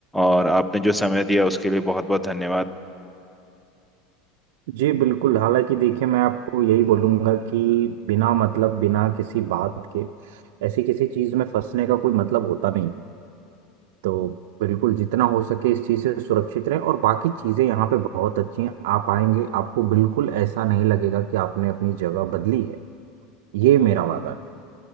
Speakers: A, in the centre; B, on the right.
A: और आपने जो समय दिया उसके लिए बहुत बहुत धन्यवाद
B: जी बिल्कुल हालांकि देखिए मैं आपको यही बोलूंगा कि बिना मतलब बिना किसी बात के ऐसी किसी चीज़ में फंसने का कोई मतलब होता नहीं है तो बिल्कुल जितना हो सके इस चीज़ से सुरक्षित रहें और बाकी चीज़ें यहाँ पे बहुत अच्छी हैं आप आएंगे आपको बिल्कुल ऐसा नहीं लगेगा कि आपने अपनी जगह बदली है ये मेरा वादा है